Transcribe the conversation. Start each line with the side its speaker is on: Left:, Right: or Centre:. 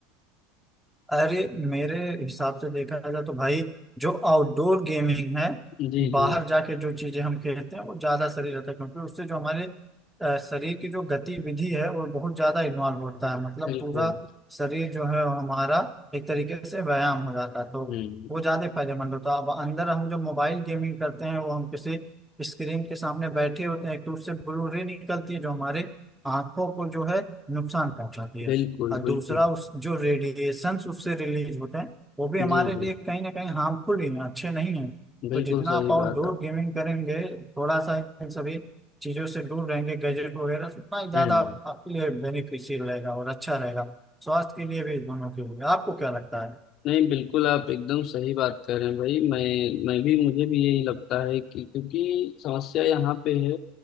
Centre: अरे मेरे हिसाब से देखा जाए तो भाई जो आउटडोर गेमिंग है
Left: जी
Centre: बाहर
Left: जी
Centre: जाके जो चीजें हम खेलते हैं वो ज्यादा शरीर रहता है क्योंकि उससे जो हमारे अ, शरीर की जो गतिविधि है वो बहुत ज्यादा इन्वॉल्व होता है मतलब
Left: बिल्कुल
Centre: पूरा शरीर जो है वो हमारा एक तरीके से व्यायाम हो जाता है तो
Left: हम्म
Centre: वो ज्यादा फायदेमंद होता है अब अंदर हम जो मोबाइल गेमिंग करते हैं वो हम किसी स्क्रीन के सामने बैठे होते हैं तो उससे ब्लू रे निकलती है जो हमारे आंखों को जो है नुकसान पहुंचाती है
Left: बिल्कुल
Centre: और
Left: बिल्कुल
Centre: दूसरा उस जो रेडिएशंस उससे रिलीज होते हैं वो भी हमारे
Left: जी जी
Centre: लिए कहीं ना कहीं हार्मफुल ही हैं अच्छे नहीं हैं
Left: बिल्कुल
Centre: तो जितना
Left: सही
Centre: आप आउटडोर
Left: बात है
Centre: गेमिंग करेंगे थोड़ा सा इन सभी चीज़ों से दूर रहेंगे गैजेट वगैरह से उतना ही ज़्यादा
Left: हम्म
Centre: आपके लिए बेनिफिशियल रहेगा और अच्छा रहेगा स्वास्थ्य के लिए भी दोनों के लिए आपको क्या लगता है
Left: नहीं बिल्कुल आप एकदम सही बात कर रहे हैं भाई मैं मैं भी मुझे भी यही लगता है कि क्योंकि समस्या यहाँ पे है